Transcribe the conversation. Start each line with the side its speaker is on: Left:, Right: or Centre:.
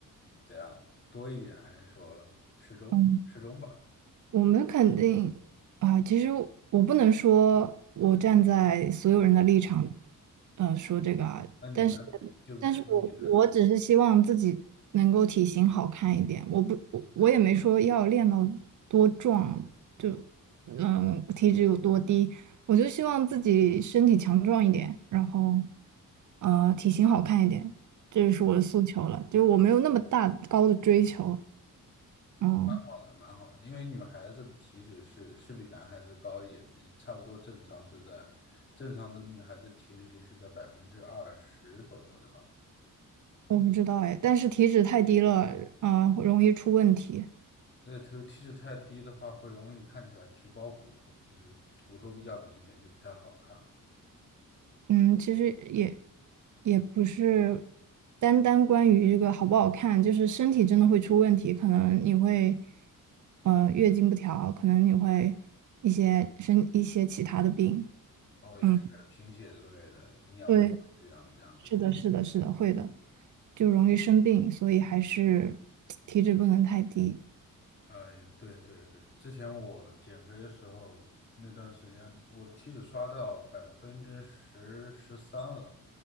Left: 怎样多一点，还是说适中适中吧？
Right: 嗯我们肯定啊，其实我不能说我站在所有人的立场，呃，说这个啊，
Left: 那你呢？
Right: 但是，
Left: 就说你呢，
Right: 但是我我只是希望自己能够体型好看一点，我不我我也没说要练到多壮，就嗯体脂有多低，我就希望自己身体强壮一点，然后呃体型好看一点，这就是我的诉求了，就是我没有那么大高的追求，嗯。
Left: 蛮好的，蛮好的，因为女孩子的体脂是是比男孩子高一点的，差不多正常是在正常的女孩子体脂率是在百分之二十左右，对吧？
Right: 我不知道哎，但是体脂太低了，嗯、容易出问题。
Left: 那头体脂太低的话，会容易看起来皮包骨头，就是骨头比较明显，就不太好看。了。
Right: 嗯，其实也也不是单单关于这个好不好看，就是身体真的会出问题，可能你会呃月经不调，可能你会一些身一些其他的病。
Left: 哦，也是贫血之类的，
Right: 嗯，
Left: 营养不良这样这样子的吧？
Right: 对，是的，是的，是的，会的，就容易生病，所以还是体脂不能太低。
Left: 哎，对对对，之前我减肥的时候，那段时间我的体脂刷到百分之十十三了，